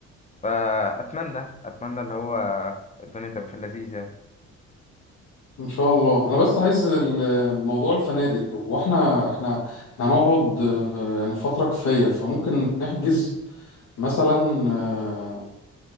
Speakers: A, on the left (about 25°); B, on the left (about 65°).
A: فاتمنى اتمنى اللي هو الدنيا تبقى في اللذيذ يعني
B: ان شاء الله انا بس عايز ال- موضوع الفنادق هو احنا احنا احنا هنقعد آه، يعني فترة كفاية فممكن نحجز مثلا آه،